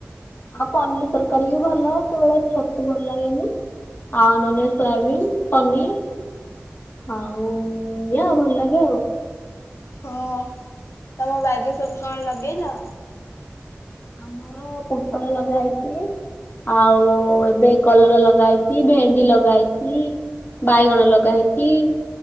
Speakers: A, on the left; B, on the left.
A: ଆଉ ପନିର ତରକାରୀ ବି ଭଲ, କେତେବେଳେ ଛତୁ ଭଲ ଲାଗେନି ଆଉ ନହେଲେ ସୋୟାବିିନ ପନିର ଆଉ-ଉ-ଉ-ଉ ୟା ଭଲ ଲାଗେ ଆଉ।
B: ହଁ ତମ ବାରିରେ ସବୁ କଣ ଲଗେଇଲ?
A: ଆମର ପୋଟଳ ଲଗା ହେଇଛି। ଆଉ-ଉ-ଉ ଏବେ କଲରା ଲଗେହେଇଛି ଭେଣ୍ଡି ଲଗାହେଇଛି। ବାଇଗଣ ଲଗା ହେଇଛି